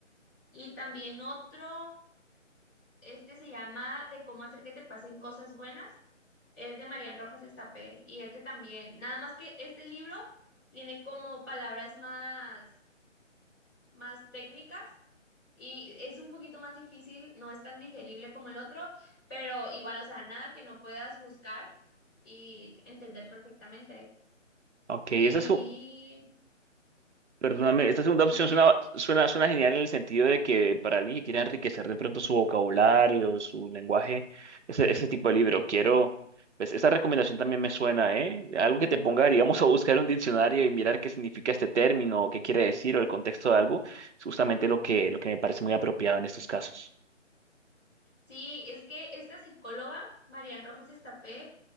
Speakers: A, on the left (about 15°); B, on the right (about 65°).
A: Y también otro, este se llama de cómo hacer que te pasen cosas buenas. Es de Marian Rojas Estapé y este también. Nada más que este libro tiene como palabras más, más técnicas y es un poquito más difícil, no es tan digerible como el otro, pero igual, o sea, nada que no puedas buscar y entender perfectamente.
B: Ok, esa
A: Y
B: es, Perdóname, esta segunda
A: sí,
B: opción
A: dime,
B: suena, suena, suena genial en el sentido de que para alguien que quiera enriquecer de pronto su vocabulario, su lenguaje, ese, ese tipo de libro, quiero, pues esa recomendación también me suena, ¿eh? Algo que te ponga, digamos, <laughs> a buscar un diccionario y mirar qué significa este término, o qué quiere decir o el contexto de algo, es justamente lo que, lo que me parece muy apropiado en estos casos.
A: sí, es que esta psicóloga, Marian Rojas Estapé,